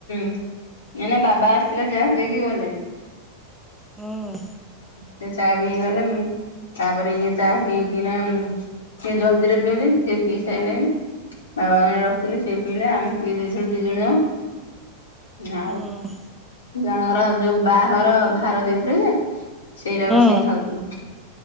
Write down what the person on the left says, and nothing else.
ନ ନା ବାବା ଆସିଥିଲେ ଚାହା ପିଇକି ଗଲେ।
ସେ ଚାହା ପିଇକି ଗଲେ ମୁଁ ତାପରେ ଇଏ ଚା ପିଇକିନା ସିଏ ଜଲଦିରେ ପିଏଲି ସିଏ ପିଇ ସାଇଲେଣି। ବାବା ପାଇଁ ରଖିଥିଲି ସେ ପିଇିଲେ ଆମେ ପି ଦେଇଥିଲୁ ଦି ଜଣ ଯାକ। ଆଉ
ଜଣଙ୍କର ଯୋଉ ବାହାଘର ଭାର ଦେଇଥିଲେ ଯେ ସେଇରା
ବସିକି ଖାଉଥିଲୁ।